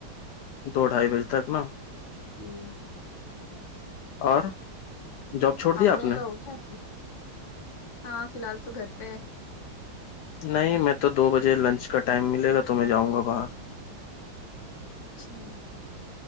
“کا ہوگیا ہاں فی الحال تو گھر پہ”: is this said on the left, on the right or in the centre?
Left